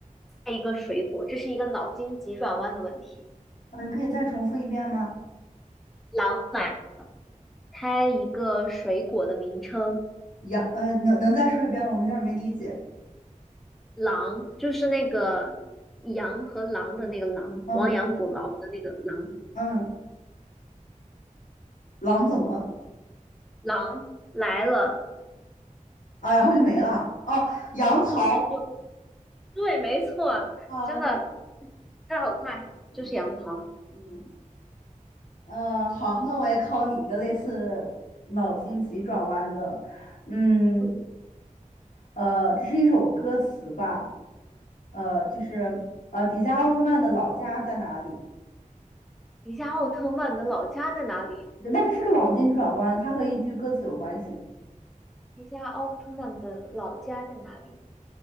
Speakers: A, in the centre; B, on the left.
A: 开一个水果，这是一个脑筋急转弯的问题。
B: 啊，你可以再重复一遍吗？
A: 狼来开一个水果的名称，
B: 杨，呃，能能再说一遍吗？我们有点儿没理解。
A: 狼就是那个羊和狼的那个狼，
B: 嗯
A: 亡羊补牢的那个狼。
B: 嗯，狼怎么了？
A: 狼来了，
B: 啊，然后就没了啊。哦，杨桃。
A: 得就对，没错，
B: 啊，
A: 真的太好快，
B: 嗯
A: 就是杨桃。
B: 嗯，呃好，那我也考你一个类似脑筋急转弯的。嗯，
A: 嗯，
B: 呃，这是一首歌词吧？呃，就是呃，迪迦奥特曼的老家在哪里？
A: 迪迦奥特曼的老家在哪里？
B: 但它是个脑筋急转弯，它和一句歌词有关系。
A: 迪迦奥特曼的老家在哪里？